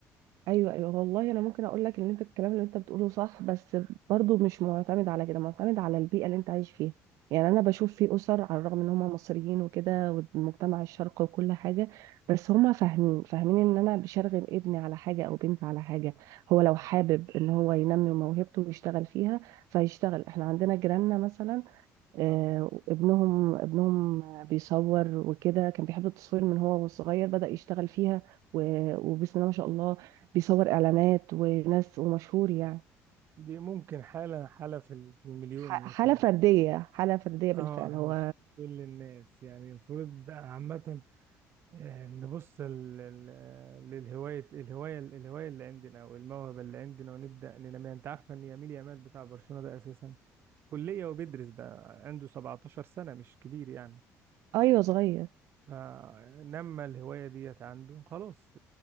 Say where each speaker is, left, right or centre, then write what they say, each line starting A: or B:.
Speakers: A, on the right; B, on the right.
A: ايوه ايوه والله انا ممكن اقول لك ان انت الكلام اللي انت بتقوله صح بس برضو مش معتمد على كده معتمد على البيئه اللي انت عايش فيها يعني انا بشوف في اسر على الرغم ان هم مصريين وكده والمجتمع الشرقي وكل حاجه بس هم فاهمين فاهمين ان انا بشرغم ابني على حاجه او بنتي على حاجه هو لو حابب ان هو ينمي موهبته ويشتغل فيها فيشتغل احنا عندنا جيراننا مثلا آه،
B: آه.
A: ابنهم ابنهم بيصور وكده كان بيحب التصوير من هو وصغير بدأ يشتغل فيها و- وبسم الله ما شاء الله بيصور إعلانات وناس ومشهور يعني
B: دي ممكن حالة حالة في ال- في المليون
A: ح-
B: مثلا
A: حالة فردية حالة فردية
B: اه
A: بالفعل هو
B: <laughs> مش كل الناس يعني المفروض عامة آه، نبص ال- ال- آه، للهواية الهواية الهواية اللي عندنا أو الموهبة اللي عندنا ونبدأ ننميها أنت عارف إن يميل يامال بتاع برشلونة ده أساسا كلية وبيدرس ده عنده 17 سنة مش كبير يعني
A: أيوه صغير
B: فنما الهواية ديت عنده خلاص